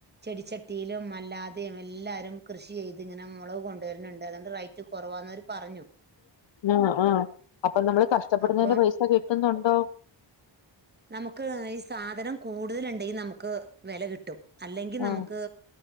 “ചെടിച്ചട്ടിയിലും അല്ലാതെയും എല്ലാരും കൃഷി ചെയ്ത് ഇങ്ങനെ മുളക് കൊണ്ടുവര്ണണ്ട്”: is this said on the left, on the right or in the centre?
Right